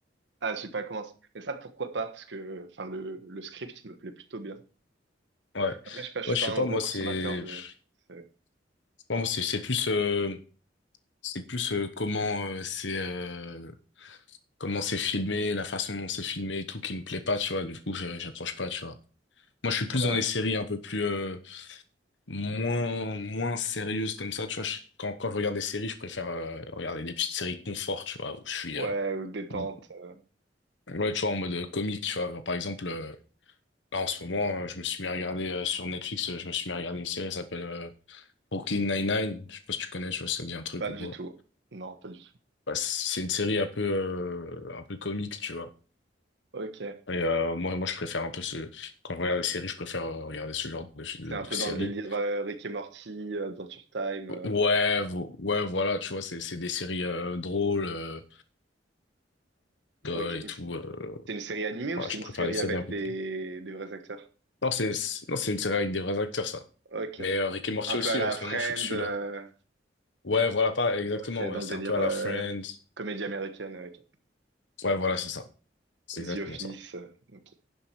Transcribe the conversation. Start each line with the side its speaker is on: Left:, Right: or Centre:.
Right: Ah, j'ai pas commencé. Mais ça, pourquoi pas? Parce que, enfin, le, le script me plaît plutôt bien.
Left: Ouais.
Right: Après, je sais pas, je
Left: Ouais,
Right: suis
Left: je
Right: pas
Left: sais
Right: un
Left: pas,
Right: gros
Left: moi,
Right: consommateur
Left: c'est,
Right: de...
Left: je
Right: de-
Left: moi, c'est, c'est plus, euh, c'est plus, euh, comment, euh, c'est, euh, comment c'est filmé, la façon dont c'est filmé et tout qui me plaît pas, tu vois. Du coup, je- j'accroche pas, tu vois. Moi, je suis plus
Right: Ouais,
Left: dans les séries un peu plus euh, moins moins sérieuses comme ça. Tu vois, je- quand quand je regarde des séries, je préfère euh, regarder des petites séries confort, tu vois, où je suis
Right: ouais,
Left: euh,
Right: ou détente.
Left: où-
Right: euh,
Left: ouais, tu vois, en mode euh, comique, tu vois. Genre, par exemple, euh, là en ce moment, euh, je me suis mis à regarder euh, sur Netflix, euh, je me suis mis à regarder une série, elle s'appelle euh, Brooklyn Nine-Nine. Je sais pas si tu connais, tu vois, si ça te dit un truc
Right: pas
Left: ou
Right: du
Left: quoi.
Right: tout. Non, pas du tout.
Left: Bah, c'est une série un peu euh, un peu comique, tu vois.
Right: Ok.
Left: Et euh, moi, moi, je préfère un peu ce quand je regarde des séries, je préfère euh, regarder ce genre de,
Right: C'est
Left: de,
Right: un
Left: de
Right: peu
Left: séries.
Right: dans le délire euh, Rick et Morty, euh, Adventure Time. euh,
Left: Ouais, vo- ouais, voilà, tu vois, c'est c'est des séries euh, drôles, euh, drôles
Right: ok.
Left: et tout. euh,
Right: C'est une série animée ou
Left: ouais,
Right: c'est
Left: je
Right: une
Left: préfère
Right: série
Left: les séries
Right: avec
Left: un peu
Right: des,
Left: plus.
Right: des vrais acteurs?
Left: Non, c'est c'est- non, c'est une série avec des vrais acteurs, ça.
Right: Ok.
Left: Mais euh, Rick et Morty
Right: Un peu
Left: aussi,
Right: à la
Left: en ce
Right: Friend.
Left: moment, je suis dessus
Right: euh,
Left: là. Ouais, voilà, pas exactement.
Right: ok, dans
Left: Ouais,
Right: le
Left: c'est
Right: délire
Left: un peu à
Right: euh,
Left: la Friends.
Right: comédie américaine. ok.
Left: Ouais, voilà, c'est ça. C'est
Right: The
Left: exactement
Right: Office.
Left: ça.
Right: euh, ok,